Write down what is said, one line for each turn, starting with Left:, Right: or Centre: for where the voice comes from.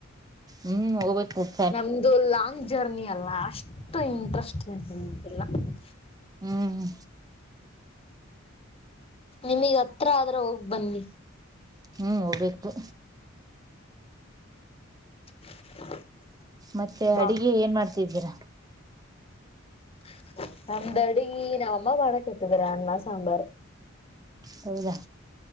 Right: ಹ್ಮ್ ಹೋಗತ್ತೆ.
Left: ನಮ್ದು ಲಾಂಗ್ ಜರ್ನಿ ಅಲ್ಲ ಅಷ್ಟು ಇಂಟ್ರಸ್ಟಿಂಗ್ <unintelligible>
Right: ಹ್ಮ್.
Left: ನಿಮಗ ಹತ್ರ ಆದ್ರ ಹೋಗ್ ಬನ್ನಿ.
Right: ಹ್ಮ್ ಹೋಗ್ಬೇಕು.
Left: <inaudible>
Right: ಮತ್ತೆ
Left: ಬಾ
Right: ಅಡಗೆ ಏನ್ ಮಾಡ್ತಿದ್ದೀರಾ.
Left: <inaudible> ನಮ್ದ ಅಡಿಗಿ ನಮ್ಮ ಅಮ್ಮ ಮಾಡಕ್ ಇತಿದಾರ ಅನ್ನ ಸಾಂಬಾರ.
Right: ಹೌದಾ.